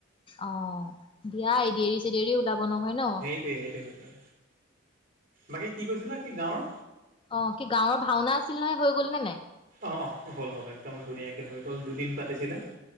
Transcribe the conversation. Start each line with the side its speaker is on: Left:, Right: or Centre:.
Left: অ দিয়া এ দেৰি চে দেৰি ওলাব নহয় ন?
Right: এই সেইটোৱে সেইটোৱে। বাকী কি কৈছিলে? কি গাঁৱৰ?
Left: অ, কি গাঁৱৰ ভাওনা আছিল নহয়। হৈ গ'ল নে নাই?
Right: অঁ অঁ, হ'ল হ'ল। একদম ধুনীয়াকৈ হৈ গ'ল দুদিন পাতিছিলে।